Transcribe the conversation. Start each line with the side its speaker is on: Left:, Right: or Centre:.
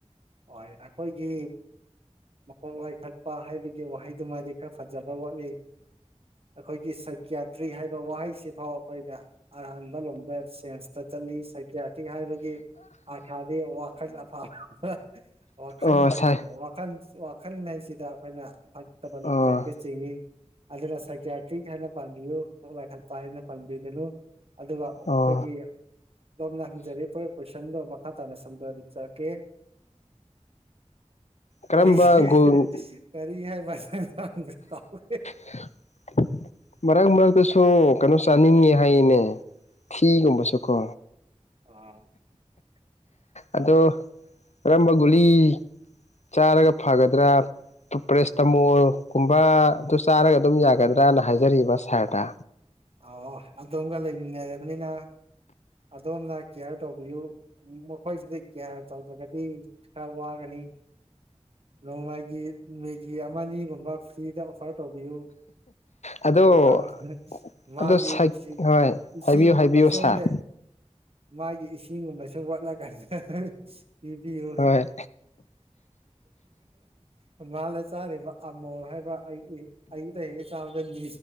Right: ꯍꯣꯏ ꯑꯩꯈꯣꯏꯒꯤ꯫ ꯃꯀꯣꯛ ꯂꯥꯏꯈꯠꯄ ꯍꯥꯏꯕꯒꯤ ꯋꯥꯍꯩꯗꯨꯃꯗꯤ ꯈꯔ ꯐꯖꯕ ꯋꯥꯠꯂꯤ꯫ ꯑꯩꯈꯣꯏꯒꯤ ꯁꯀ꯭ꯌꯥꯇ꯭ꯔꯤ ꯍꯥꯏꯕ ꯋꯥꯍꯩꯁꯤ ꯐꯥꯎ ꯑꯩꯈꯣꯏꯗ ꯑꯔꯥꯟꯕ ꯂꯣꯝꯗ ꯁꯦꯟꯁꯇ ꯆꯠꯂꯤ ꯁꯥꯏꯀꯌꯥꯇꯤꯛ ꯍꯥꯏꯕꯒꯤ ꯑꯊꯥꯗꯤ ꯋꯥꯈꯜ ꯑꯐꯕ ꯋꯥꯈꯟ
Left: ꯑꯣ
Right: ꯍꯥꯏꯕꯅꯦ
Left: ꯁꯥꯏ
Right: ꯋꯥꯈꯟ ꯋꯥꯈꯟ ꯍꯥꯏꯁꯤꯗ ꯑꯩꯈꯣꯏꯅ ꯐꯠꯇꯕ
Left: ꯑꯣ
Right: ꯂꯝꯣꯗ ꯍꯦꯛꯇ ꯆꯤꯡꯏꯤ꯫ ꯑꯗꯨꯅ ꯁꯥꯏꯀꯤ꯭ꯌꯥꯔꯇꯤꯛ ꯍꯥꯏꯅ ꯄꯥꯟꯕꯤꯌꯨ ꯋꯥꯥꯏꯈꯠꯄ ꯍꯥꯏꯅ ꯄꯥꯟꯕꯤꯒꯅꯨ꯫ ꯑꯗꯨꯒ ꯑꯩꯈꯣꯏꯒꯤ
Left: ꯑꯣ
Right: ꯑꯗꯣꯝꯅ ꯍꯪꯖꯔꯛꯄ ꯀꯣꯏꯁꯟꯗꯣ ꯃꯈꯥ ꯇꯥꯅ ꯁꯝꯗꯆꯔꯛꯀꯦ
Left: ꯀꯔꯝꯕ
Right: ꯀꯔꯤꯁꯤ
Left: ꯒꯨꯜ
Right: ꯀꯔꯤ ꯍꯥꯏꯕ ꯀꯥꯎꯦ
Left: <inaudible> ꯃꯔꯛ ꯃꯔꯛꯇꯁꯨ ꯀꯩꯅꯣ ꯆꯥꯅꯤꯡꯉꯦ ꯍꯥꯏꯌꯦꯅꯦ ꯊꯤꯒꯨꯝꯕꯁꯨ ꯀꯣ
Right: <inaudible>
Left: ꯑꯗꯣ ꯀꯔꯝꯕ ꯒꯨꯂꯤ꯫ ꯆꯥꯔꯦ ꯐꯒꯗ꯭ꯔꯥ ꯄꯔꯦꯁꯇꯥꯃꯣꯜꯒꯨꯝꯕ ꯑꯗꯨ ꯆꯥꯔꯒ ꯑꯗꯨꯝ ꯌꯥꯒꯗ꯭ꯔꯅ ꯍꯥꯏꯖꯔꯤꯕ ꯁꯥꯔꯗ
Right: ꯑꯣ ꯑꯗꯣꯝꯒ ꯂꯩꯃꯤꯟꯅꯔꯕꯅꯤꯅ ꯑꯗꯣꯝꯅ ꯀꯦꯌꯥꯔ ꯇꯧꯕꯤꯌꯨ꯫ ꯎ ꯃꯈꯣꯏꯁꯤꯗ ꯀꯌꯥ ꯇꯧꯗ꯭ꯔꯒꯗꯤ ꯈꯔ ꯋꯥꯒꯅꯤ꯫ ꯅꯣꯡꯃꯥꯏꯒꯤ ꯃꯦꯒꯤ ꯑꯃ ꯑꯅꯤꯒꯨꯝꯕ ꯐ꯭ꯔꯤꯗ ꯑꯣꯐꯔ ꯇꯧꯕꯤꯌꯨ
Left: ꯑꯗꯣ
Right: ꯑꯗꯨꯒ ꯃꯥꯒꯤ
Left: ꯑꯗꯣ ꯁꯥꯏ
Right: ꯏꯁꯤꯡ
Left: ꯍꯣꯏ
Right: ꯏꯁꯤꯡꯒꯨꯝꯕ
Left: ꯍꯥꯏꯕꯤꯌꯨ ꯍꯥꯏꯕꯤꯌꯨ ꯁꯥꯔ
Right: ꯁꯨꯝꯅꯦ꯫ ꯃꯥꯒꯤ ꯏꯁꯤꯡꯒꯨꯝꯕꯁꯨ ꯋꯥꯠꯂꯀꯥꯟꯗ ꯄꯤꯕꯤꯌꯨ꯫
Left: ꯍꯣꯏ
Right: ꯑ ꯃꯥꯅ ꯆꯥꯔꯤꯕ ꯑꯃꯣ ꯍꯥꯏꯕ ꯑꯩ ꯑꯩꯌꯨꯗ ꯍꯌꯦ ꯆꯥꯕꯗ ꯃꯤ